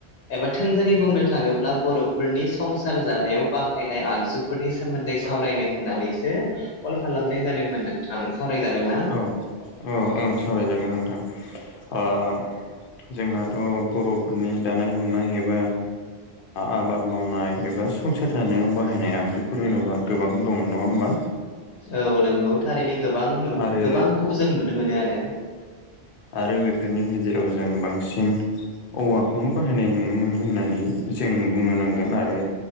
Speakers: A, on the left; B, on the left.
A: एबा थोंजोंङै बुंनो थाङोब्ला बर'फोरनि संसार जानायाव बाहायनाय आगजु फोरनि सोमोन्दै सावरायनो होननानैसो कल खालामनाय जादोंमोन नोंथां सावराय जागोनना
B: औ-औ ओं सावरायजागोन नोंथां जोंहाथ' बर'फोरनि दानाय लुनाय एबा आबाद मावनाय एबा संसार जानायाव बाहायनाय आगजुफोर होनोबा गोबां दं नंङा होमबा
A: औ नंगौ थारैनो गोबां
B: आरो
A: गोबांखौ जों नुनो मोनो आरो
B: आरो बेफोरनि गेजेराव जों बांसिन औवाखौनो बाहायनाय नुनो मोनो होननानै जों बुंनो नांगोन आरो